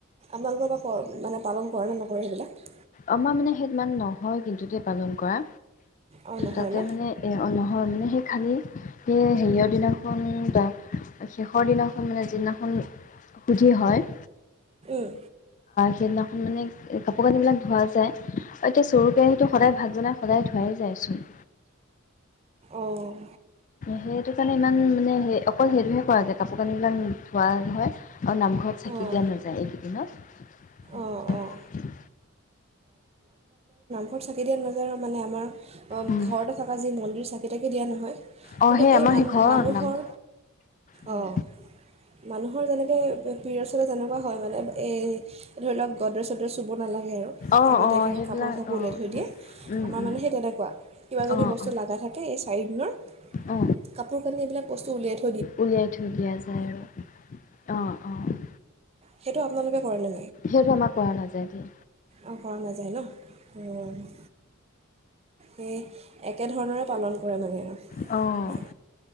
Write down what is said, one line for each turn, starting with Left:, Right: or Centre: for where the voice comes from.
Right: আপোনালোকৰ বা পৰ মানে পালন কৰে নে নকৰে সেইবিলাক।
Left: আমাৰ মানে সেই ইমান নহয় কিন্তুতে পালন কৰা।
Right: অঁ নহয়
Left: তাতে
Right: ন
Left: মানে এ অ নহৰ মানে সেই খালি এ হেৰিয়ৰ দিনাখন বা শেষৰ দিনাখন মানে যিদিনাখন সুধি হয়।
Right: হয়।
Left: সেইদিনাখন মানে কাপোৰ কানিবিলাক ধোৱা যায়। এতিয়া চৰু- কেৰাহীটো সদায় ভাত বনাই সদায় ধোৱাই যাইচোন।
Right: অহ
Left: সেইটো কাৰণে ইমান মানে সেই অকল সেইটোহে কৰা যায় কাপোৰ -কানি বিলাক ধোৱা হয়। অহ, নামঘৰত চাকি
Right: অঁ
Left: দিয়া নাযায় এইকেইদিনত সেইটোৱে।
Right: অঁ অঁ ঘৰত চাকি দিয়া নাযায় আৰু। মানে আমাৰ
Left: উম
Right: ঘৰতে থাকা যি মন্দিৰ চাকি- তাকি দিয়া নহয়।
Left: অ,
Right: কিন্তু
Left: সেই আমাৰ
Right: এই মান
Left: সেই ঘৰৰ
Right: মানুহৰ
Left: নাম। উম
Right: অঁ মানুহৰ যেনেকে পিৰিয়ডচ হলে যেনেকুৱা হয় মানে এই ধৰি লওক গদ্ৰেচ -চদ্ৰেচ চদৰ চুব নালাগে আৰু
Left: অ
Right: আগতীয়াকে
Left: অ সেইবিলাক
Right: কাপোৰ- চাপোৰ
Left: অ
Right: ওলাই
Left: অ
Right: থৈ দিয়ে
Left: উম
Right: আমাৰ
Left: উম
Right: মানে সেই তেনেকুৱা কিবা যদি
Left: অ
Right: বস্তু
Left: অ
Right: লাগা থাকে এই চাৰিদিনৰ
Left: অ
Right: কাপোৰ- কানিবিলাক <unintelligible>
Left: উলিয়াই থৈ দিয়া যায় আৰু অহ - অহ।
Right: সেইটো আপোনালোকে কৰেনে
Left: সেইটো আমাৰ কৰা নাযাই দে।
Right: অ' কৰা নাযায়। যায় ন'? সেই একেধৰণৰে পালন কৰে মানে।
Left: অ'!
Right: হয়